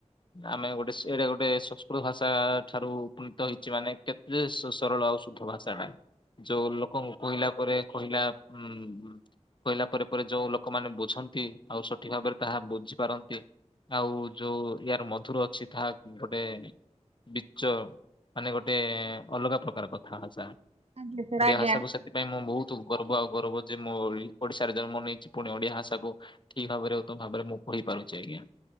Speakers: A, on the left (about 45°); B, on the right (about 60°).
A: ଆମେ ଗୋଟେ ଏଇଟା ଗୋଟେ ସଂସ୍କୃତ ଭାଷା ଠାରୁ ଉପୁନୀତ ହେଇଛି ମାନେ କେ ଯେ ସରଳ ଆଉ ଶୁଦ୍ଧ ଭାଷା ଟା। ଯୋଉ ଲୋକଙ୍କୁ କହିଲା ପରେ କହିଲା ଉ କହିଲା ପରେ ପରେ ଯୋଉ ଲୋକମାନେ ବୁଝନ୍ତି ଆଉ ସଠିକ ଭାବରେ ତାହା ବୁଝି ପାରନ୍ତି। ଆଉ ଯୋଉ ୟାର ମଧୁର ଅଛି ତାହା ଗୋଟେ ବିଚ ମାନେ ଗୋଟେ ଅଲଗା ପ୍ରକାର କଥା ଭାଷା।
B: ଆଜ୍ଞା ସାର୍
A: ଓଡିଆ
B: ଆଜ୍ଞା।
A: ଭାଷାକୁ ସେଥିପାଇଁ ମୁଁ ବହୁତ ଗର୍ବ ଆଉ ଗୌରବ ଯେ ମୋରି ଓଡିଶାରେ ଜନ୍ମ ନେଇଛି ପୁଣି ଓଡିଆ ଭାଷାକୁ ଠିକ ଭାବରେ ଉଧ ଭାବରେ ମୁଁ ପଢିପାରୁଛି ଆଜ୍ଞା।